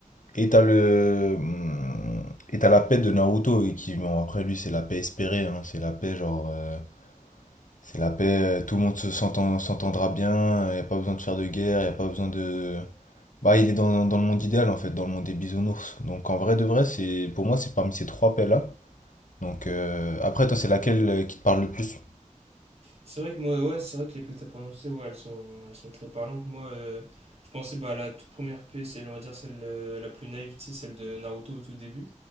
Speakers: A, on the left (about 80°); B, on the right (about 50°).
A: Et t'as le. hum, Et t'as la paix de Naruto, et qui, bon, après lui, c'est la paix espérée, hein, c'est la paix, genre. euh, c'est la paix, euh, tout le monde se s'entend- s'entendra bien, y a pas besoin de faire de guerre, y a pas besoin de. Bah, il est dans, dans le monde idéal, en fait, dans le monde des bisounours. Donc, en vrai de vrai, c'est pour moi, c'est parmi ces trois paix-là. Donc, euh, après, toi, c'est laquelle euh, qui te parle le plus?
B: C'est vrai que moi, ouais, c'est vrai que les P que t'as prononcées, ouais, elles sont, elles sont très parlantes. Moi, euh, je pensais bah, à la toute première P, c'est, on va dire, celle euh, la plus naïve, tu sais, celle de Naruto au tout début.